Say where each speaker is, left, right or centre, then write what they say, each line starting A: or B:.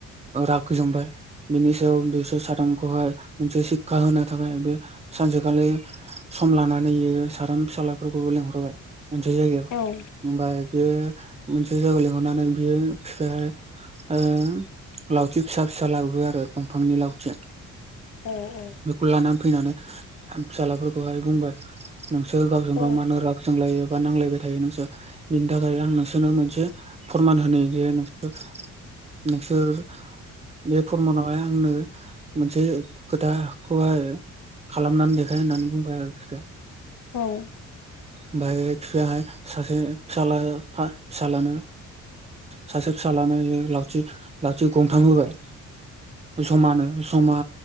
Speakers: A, on the right (about 20°); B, on the left (about 80°).
A: राग जोंबाय बिनि सायाव बिसोर साथामखौहाय मोनसे सिक्खा होनो थाखाय बे सानसेखालि सम लानानै इयो साथाम फिसालाफोरखौबो लिंहरबाय मोनसे जायगायाव
B: औ
A: ओमफ्राय बेयो मोनसे जायगायाव लिंहरनानै बेयो फिफाया ओ लावथि फिसा फिसा लाबोयो आरो दंफांनि लावथिया
B: औ औ
A: बेखौ लानानै फैनानै आ फिसालाफोरखौहाय बुंबाय नोंसोर गावजों
B: औ
A: गाव मानो राग जोंलायो बा नांलायबाय थायो नोंसोर बिनि थाखाय आं नोंसोरनो मोनसे फोरमान होनो जे नोंसोर नोंसोर बे फोरमनावहाय आंनो मोनसे खोथा खौहाय खालामनानै देखायो होननानै बुंबाय आरो बिसोरो।
B: औ
A: ओमफफ्राय बिफायाहाय सासे फिसा फिसलानो सासे फिस्लानो लावथि लावथि गंथां होबाय जमानो जमा